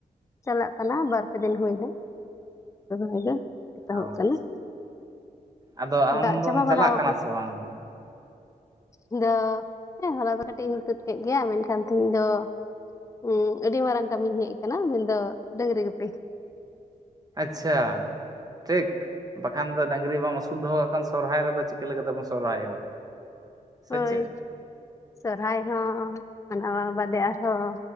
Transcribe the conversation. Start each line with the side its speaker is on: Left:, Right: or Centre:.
Left: ᱪᱟᱞᱟᱜ ᱠᱟᱱᱟ ᱵᱟᱨᱯᱮ ᱫᱤᱱ ᱦᱩᱭ ᱮᱱᱟ ᱨᱚᱭ ᱫᱚ ᱮᱛᱚᱦᱚᱵ
Right: ᱟᱪᱷᱟ
Left: ᱠᱟᱱᱟ
Right: ᱟᱫᱚ ᱟᱢ
Left: ᱫᱟᱜ
Right: ᱫᱚᱢ
Left: ᱪᱟᱵᱟ
Right: ᱪᱟᱞᱟᱜ
Left: ᱵᱟᱲᱟᱣ
Right: ᱠᱟᱱᱟ ᱥᱮ ᱵᱟᱝ
Left: ᱤᱧ ᱫᱚ ᱦᱚᱞᱟ ᱫᱚ ᱠᱟᱹᱴᱤᱡ ᱤᱧ ᱛᱩᱫ ᱠᱮᱫ ᱜᱮᱭᱟ ᱢᱮᱱᱠᱷᱟᱱ ᱛᱤᱦᱤᱧ ᱫᱚ ᱦᱩᱸ ᱟᱹᱰᱤ ᱢᱟᱨᱟᱝ ᱠᱟᱹᱢᱤᱧ ᱦᱮᱡ ᱟᱠᱟᱱᱟ ᱢᱮᱱᱫᱚ ᱰᱟᱹᱟᱝᱜᱨᱤ ᱜᱩᱯᱤ
Right: ᱟᱪᱪᱷᱟ ᱴᱷᱤᱠ ᱵᱟᱠᱷᱟᱱ ᱫᱚ ᱰᱟᱹᱝᱜᱨᱤ ᱵᱟᱢ ᱟᱹᱥᱩᱞ ᱫᱚᱦᱚ ᱠᱟᱜ ᱠᱷᱟᱱ ᱥᱚᱨᱦᱟᱭ ᱨᱮᱫᱚ ᱪᱤᱠᱟᱹ ᱞᱮᱠᱟᱛᱮ ᱵᱚᱱ ᱥᱚᱨᱦᱟᱭᱚᱜᱼᱟ ᱥᱮ
Left: ᱦᱳᱭ
Right: ᱪᱮᱫ
Left: ᱥᱚᱨᱦᱟᱭ ᱦᱚᱸ ᱟᱨ ᱱᱚᱣᱟ ᱵᱟᱫᱮ ᱟᱨᱦᱚᱸ